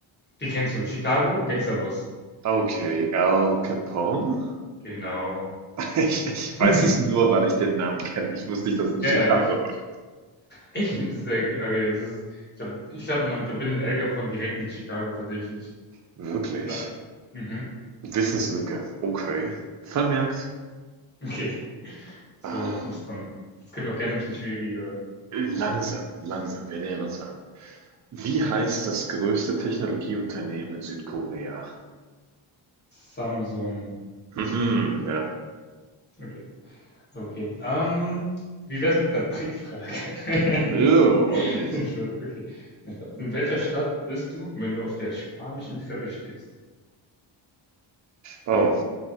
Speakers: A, on the left; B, on the right.
A: Die kennst du, Chicago Gangsterboss.
B: Okay, Al Capone? <laughs>
A: Genau.
B: Ich, ich
A: <laughs>
B: weiß es nur, weil ich den Namen kenne. Ich wusste nicht, dass es in
A: Ja,
B: Chicago
A: ja, ich,
B: war.
A: echt nicht. Das ist der, okay, das ist, ich glaube, ich glaub, man verbindet El Capone direkt mit Chicago tatsächlich.
B: Wirklich?
A: Oder? Mhm.
B: Wissenslücke. Okay. Vermerkt.
A: Okay, so,
B: Ähm,
A: du bist dran. Jetzt können wir auch gerne ein bisschen schwieriger.
B: Langsam, langsam, wir nähern uns an. Wie heißt das größte Technologieunternehmen in Südkorea?
A: Samsung.
B: Mhm, ja.
A: Okay, okay. Ähm, wie wär's mit einer Trickfrage? <laughs>
B: Oh, okay.
A: Nee, Spaß, Okay. Nee, Spaß. In welcher Stadt bist du, wenn du auf der spanischen Treppe stehst?
B: Oh,